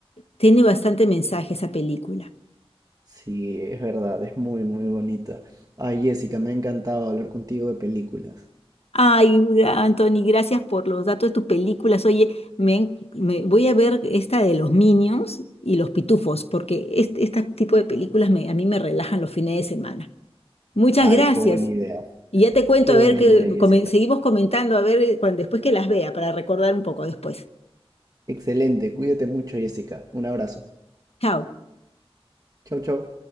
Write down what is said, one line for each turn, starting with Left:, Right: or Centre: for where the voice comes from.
Left: Tiene bastante mensaje esa película.
Right: Sí, es verdad, es muy, muy bonita. Ay, Jessica, me ha encantado hablar contigo de películas.
Left: Ay, gra- Anthony, gracias por los datos de tus películas. Oye, me, en- me- voy a ver esta de los Minions y los Pitufos, porque este, este tipo de películas me- a mí me relajan los fines de semana. Muchas
Right: Ay,
Left: gracias.
Right: qué buena idea.
Left: Y ya te cuento,
Right: Qué
Left: a
Right: buena
Left: ver, que
Right: idea, Jessica.
Left: comen- seguimos comentando, a ver, eh, cuan- después que las vea, para recordar un poco después.
Right: Excelente. Cuídate mucho, Jessica. Un abrazo.
Left: Chao.
Right: Chau, chau.